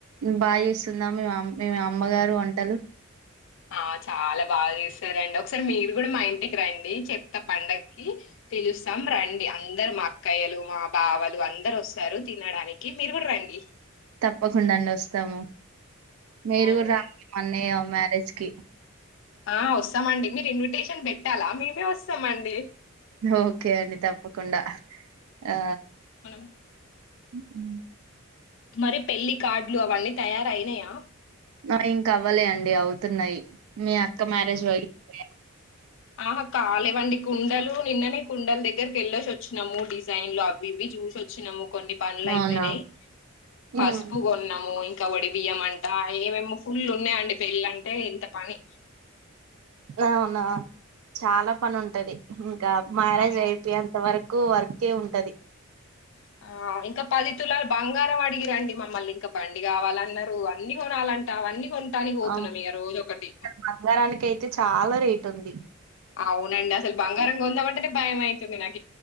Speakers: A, on the right; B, on the left.
A: బాగా చేస్తుందా మీ మ మీ అమ్మగారు వంటలు
B: ఆ చాలా బాగా చేస్తారండి ఒకసారి మీరు కూడా మా ఇంటికి రండి చెప్తా పండక్కి పిలుస్తాం రండి అందరు మా అక్కయ్యలు మా బావలు అందరు వస్తారు తినడానికి మీరు గూడా రండి
A: తప్పకుండా అండి వస్తాము మీరు
B: హ్మ్.
A: కూడా రా అన్నయ మ్యారేజ్ కే
B: ఆ వస్తామండి మీరు ఇన్విటేషన్ పెట్టాలా మేమే వస్తామండి
A: ఓకే అండి తప్పకుండా ఆ
B: మనం
A: హ్మ్
B: మరి పెళ్లి కార్డులు అవన్నీ తయారయినయా
A: ఆ ఇంక అవ్వలే అండి అవుతున్నాయి మీ అ క మ్యరజ వ <unintelligible>
B: ఆహా కాలేవండి కుండలు నిన్ననే కుండల దగ్గరకి వెళ్ళొసి వచ్చినాము డిజైన్ లో అవి ఇవి చూసొచ్చినాము కొన్ని పనులు అయిపోయినయ్
A: అవునా హ్మ్
B: పసుపు కొన్నాము ఇంకా వడి బియ్యం అంటా ఏమేమి ఫుల్ ఉన్నాయండి పెళ్ళంటే ఇంత పని
A: అవునా చాలా పని ఉంటది ఇంకా మ్యారేజ్
B: అమ్మో
A: అయిపోయే అంత వర కు వర్కే ఉంటది
B: ఆ ఇంక పది తులాల బంగారం అడిగి రండి మమ్మల్ని ఇంక బండి కావాలన్నరు అన్నీ కొనాలంటా అవన్నీ కొనటానికి పోతున్నాం
A: అ
B: ఇక రోజు ఒకటి
A: బంగారానికి అయితే చాల రేట్ టుంది
B: అవునండి అసలు బంగారం కొందామంటేనే భయం అయితుంది నాకి